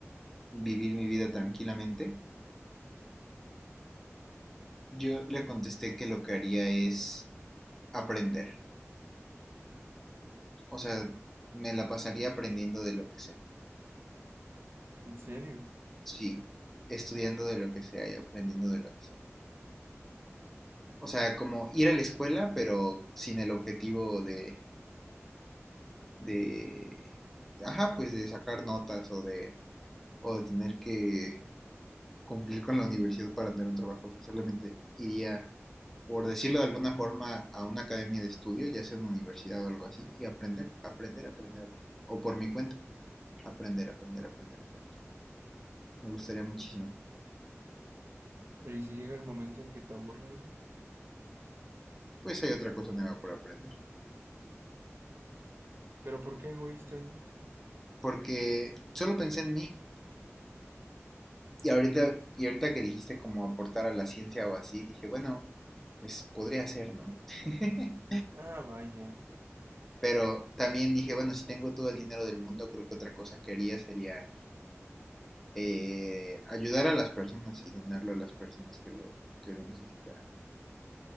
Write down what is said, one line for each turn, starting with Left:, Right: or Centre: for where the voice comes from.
Centre: vivir mi vida tranquilamente, yo le contesté que lo que haría es aprender. O sea, me la pasaría aprendiendo de lo que sea.
Right: ¿En serio?
Centre: Sí, estudiando de lo que sea y aprendiendo de lo que sea. O sea, como ir a la escuela, pero sin el objetivo de de, ajá, pues de sacar notas o de, o de tener que cumplir con la universidad para tener un trabajo. O sea, solamente iría, por decirlo de alguna forma, a una academia de estudio, ya sea una universidad o algo así, y aprender, aprender, aprender, aprender. O por mi cuenta, aprender, aprender, aprender, aprender. Me gustaría muchísimo.
Right: Pero ¿y si llega el momento en que te aburre algo?
Centre: Pues hay otra cosa nueva por aprender.
Right: ¿Pero por qué egoísta ahí?
Centre: Porque solo pensé en mí. Y ahorita, y ahorita que dijiste como aportar a la ciencia o así, dije, bueno, pues podría ser, ¿no? <laughs>
Right: Ah, vaya.
Centre: Pero también dije, bueno, si tengo todo el dinero del mundo, creo que otra cosa que haría sería eh, ayudar a las personas y donarlo a las personas que lo, que lo necesitaran.